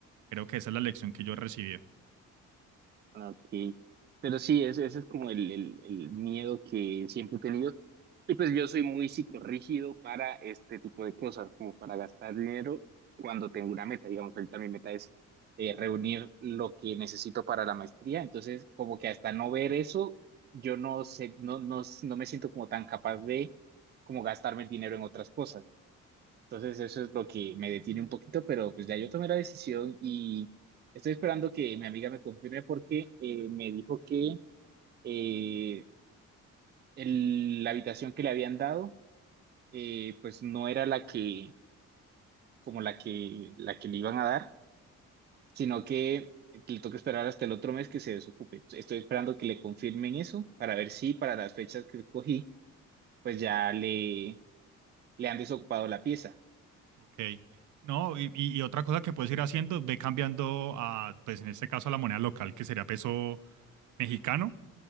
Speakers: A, on the right; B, on the right.
A: Creo que esa es la lección que yo he recibido.
B: Ok, pero sí, ese, ese es como el, el- el miedo que siempre he tenido. Y pues yo soy muy psicorrígido para este tipo de cosas, como para gastar dinero cuando tengo una meta. Digamos, ahorita mi meta es eh, reunir lo que necesito para la maestría. Entonces, como que hasta no ver eso, yo no sé, no, no, no me siento como tan capaz de como gastarme el dinero en otras cosas. Entonces eso es lo que me detiene un poquito, pero pues ya yo tomé la decisión y estoy esperando que mi amiga me confirme porque eh, me dijo que eh, el- la habitación que le habían dado eh, pues no era la que como la que la que le iban a dar, sino que le toca esperar hasta el otro mes que se desocupe. Estoy esperando que le confirmen eso para ver si para las fechas que cogí pues ya le le han desocupado la pieza.
A: Ok. No, y, y- y otra cosa que puedes ir haciendo, ve cambiando a, pues en este caso, a la moneda local, que sería peso mexicano,